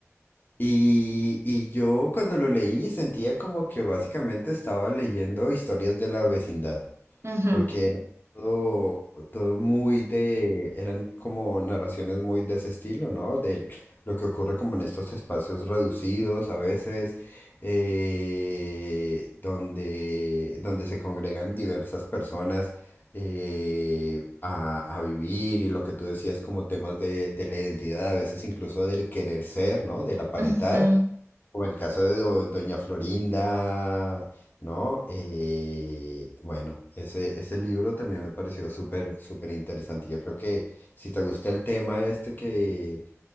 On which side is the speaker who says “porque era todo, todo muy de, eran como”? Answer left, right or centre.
Left